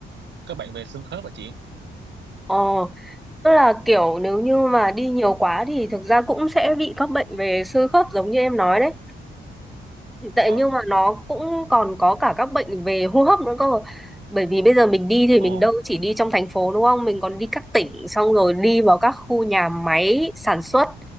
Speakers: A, on the right (about 65°); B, in the centre.
A: các bệnh về xương khớp hả chị
B: Ờ, tức là kiểu nếu như mà đi nhiều quá thì thực ra cũng sẽ bị các bệnh về xương khớp giống như em nói đấy. Tại
A: ờ
B: nhưng mà nó cũng còn có cả các bệnh về hô hấp nữa cơ. Bởi vì bây giờ mình đi thì mình
A: ồ
B: đâu chỉ đi trong thành phố đúng không? Mình còn đi các tỉnh xong rồi đi vào các khu nhà máy sản xuất.